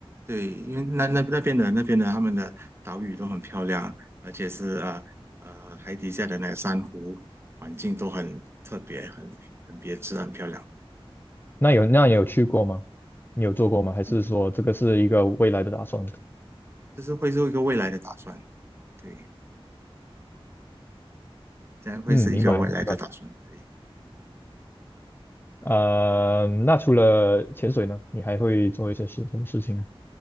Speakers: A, on the right; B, on the left.
A: 对，因为那那那边的那边的他们的岛屿都很漂亮，而且是呃呃海底下的那个珊瑚环境都很特别，很很别致，很漂亮。
B: 那有那你有去过吗？你有做过吗？还是说这个是一个未来的打算？
A: 嗯，这是会是一个未来的打算，对，这样会是一个未来的打算，
B: 嗯，明白明白。
A: 对，
B: 呃，那除了潜水呢，你还会做一些什么事情呢？